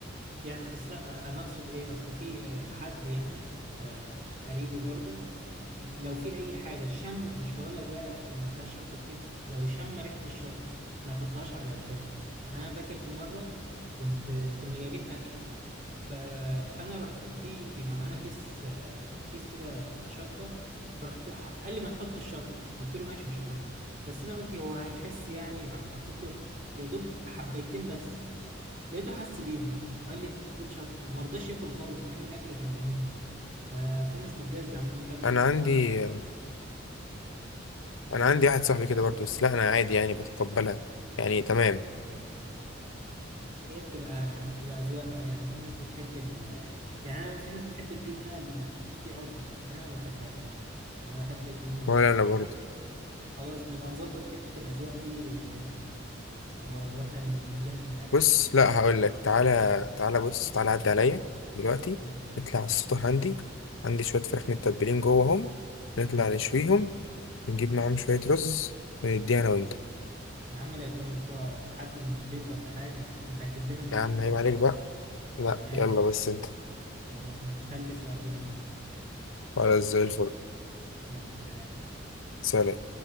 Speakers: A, on the right; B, on the left.
A: يعني اصل انا اقصد ايه اصل في آه، حد يعني آه، قريبي برضو ي- لو في اي حاجه شم مش بقول لك بقى لا ما فيهاش شطه كتير لو شم ريحه الشطه ما يحطهاش على لسانه يعني انا فاكر في مره كنت كنا جايبين اكل ف... فانا رحت في بيبقى معانا كيس آه، كيس كده شطه فرحت ح- قال لي ما تحطش الشطه قلت له ماشي مش هحط بس انا قلت هو هيحس يعني رحت حطيت له يا دوب حبيتين بس لقيته حس بيهم وقال لي انت حطيت شطه وما رضاش ياكل خالص مع ان الاكل كان جميل ففي ناس بتجزع منه انت مش
B: انا
A: من النوع
B: عندي
A: ده صح؟
B: انا عندي واحد صاحبي كده برضه بس لا انا عادي يعني بتقبلها يعني تمام
A: اه اه هي بتبقى بتبقى اذواق بقى يعني في ناس بتحب ال يعني أنا في ناس بتحب الجبنه ال- الكتير قوي في الاكل انا ما بحبهاش انا بحب الجبنه تبقى
B: ولا انا برضه
A: خلاص نبقى نظبط حته الاذواق دي آه، و- واحنا بن- بنجهز الاكله
B: بص
A: بتاعتنا
B: لا هقول لك تعالى تعالى بص تعالى عدي عليا دلوقتي
A: آه.
B: نطلع على السطح عندي عندي شويه فراخ متبلين جواهم نطلع نشويهم ونجيب معاهم شويه رز ونديها انا وانت
A: يا عم لا يكونوا بتوع حد من البيت ولا حاجه انت هتجيب لنا مشكله
B: يا عم عيب
A: كده
B: عليك بقى لا
A: تمام
B: يلا بس انت
A: خلاص ماشي هلبس وهجيلك اهو
B: خلاص زي الفل
A: يلا سلام
B: سلام